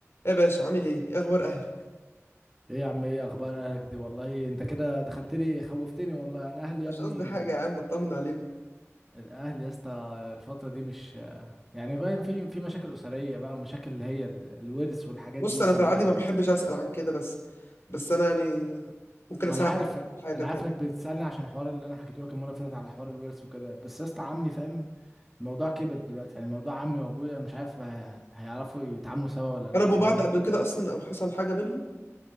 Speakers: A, on the left (about 55°); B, in the centre.
A: إيه يا باشا عامل ايه ايه اخبار اهلك
B: ايه يا عم ايه اخبار اهلك دي والله انت كده دخلت لي خوفتني والله انا اهلي يا
A: مش
B: ابني
A: قصدي حاجه يا عم بطمن عليهم
B: الاهل يا اسطى الفتره دي مش يعني فاهم في في مشاكل اسريه بقى ومشاكل اللي هي ال- الورث والحاجات
A: بص
B: دي الصراحه
A: انا في العادي ما بحبش اسال عن كده بس بس انا يعني ممكن
B: ما
A: اساعدك
B: انا عارف
A: في حاجه
B: انا
A: بجد
B: عارف انك بتسالني عشان الحوار اللي انا حكيته لك المره اللي فاتت على حوار الورث وكده بس يا اسطى عمي فاهم الموضوع كبر دلوقتي يعني موضوع عمي وابويا مش عارف هي- هيعرفوا يتعاملوا سوا ولا لا
A: قربوا
B: فاهمني
A: بعض قبل كده اصلا او حصل حاجه بينهم